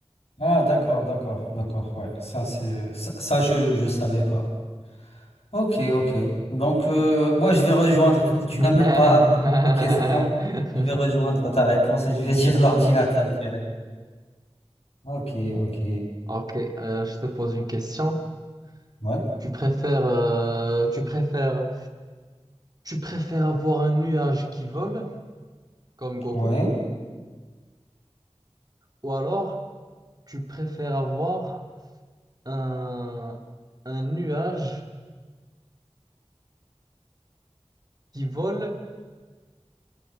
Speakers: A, on the left; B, on the right.
A: Ah, d'accord, d'accord, d'accord. Ouais, ça, c'est ça, ça, je je savais pas. Ok, ok. Donc, euh, moi, je vais rejoindre. Tu
B: <laughs>
A: n'as même pas posé la question. Je vais rejoindre ta réponse et je vais <laughs> dire l'ordinateur direct. Ok, ok.
B: Ok, euh, je te pose une question.
A: Ouais,
B: Tu préfères, euh, tu préfères, tu préfères avoir un nuage qui vole, comme Goku,
A: ouais,
B: ou alors tu préfères avoir un, un nuage qui vole,